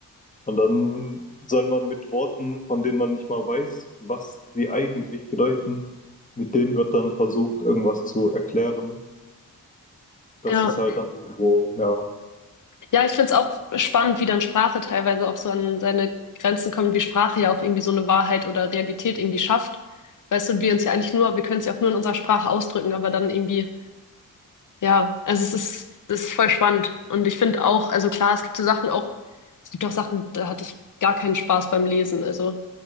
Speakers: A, on the left; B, on the left.
A: Und dann soll man mit Worten, von denen man nicht mal weiß, was sie eigentlich bedeuten, mit denen wird dann versucht, irgendwas zu erklären. Das
B: Ja.
A: ist halt dann irgendwo, ja.
B: Ja, ich find's auch spannend, wie dann Sprache teilweise auch so an seine Grenzen kommt, wie Sprache ja auch irgendwie so eine Wahrheit oder Realität irgendwie schafft. Weißt du, und wir uns ja eigentlich nur, wir können es ja auch nur in unserer Sprache ausdrücken, aber dann irgendwie, ja, also es ist, es ist voll spannend. Und ich finde auch, also klar, es gibt so Sachen auch, es gibt auch Sachen, da hatte ich gar keinen Spaß beim Lesen. Also